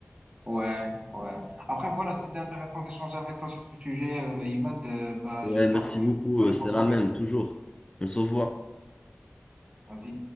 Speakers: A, on the right; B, on the left.
A: Ouais, ouais. Après, voilà, c'était intéressant d'échanger avec toi sur ce sujet, euh, Imad. Euh, bah,
B: Ouais,
A: j'espère
B: merci
A: que
B: beaucoup,
A: t'as
B: euh,
A: une
B: c'est
A: bonne soirée.
B: la même, toujours. On se revoit.
A: Vas-y.